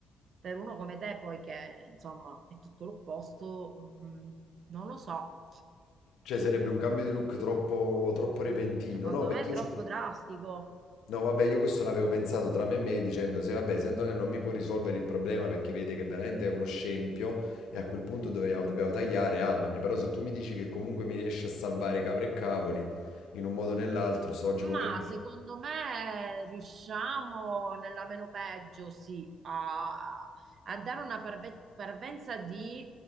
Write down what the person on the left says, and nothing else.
cioè sarebbe un cambio di look troppo, troppo repentino,
no? Perché
io
so
No, vabbè, io questo l'avevo pensato tra me e me dicendo se vabbè, se Antonello non mi può risolvere il problema perché vede che veramente è uno scempio e a quel punto dobbiamo, dobbiamo tagliare, amen. Però se tu mi dici che comunque mi riesci a salvare capre e cavoli in un modo o nell'altro, so oggi
pomeriggio.